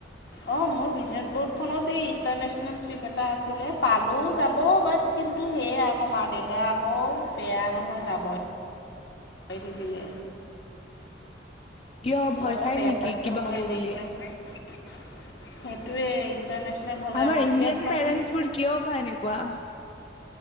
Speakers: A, on the left; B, on the left.
A: অঁ মোৰ ভিজন ব'ৰ্ডখনত এই ইণ্টাৰনেচনেল ট্ৰিপ এটা আছিলে। পালো যাব, বাট কিন্তু সেয়া আকৌ মা দেউতা আকৌ, বেয়া নহয় যাবই <unintelligible> নিদিলে
B: কিয়? ভয়
A: অঁ
B: খাই
A: বেয়া
B: নেকি
A: লাগে
B: কিবা
A: নহয়
B: হ'ব
A: এনেকৈ
B: বুলি?
A: সেইটোৱে ইণ্টাৰনেচনেল হ'লে
B: আমাৰ
A: আক'
B: ইণ্ডিয়ান
A: <unintelligible> মানে
B: পেৰেন্টছ বোৰ কিয় বা এনেকুৱা!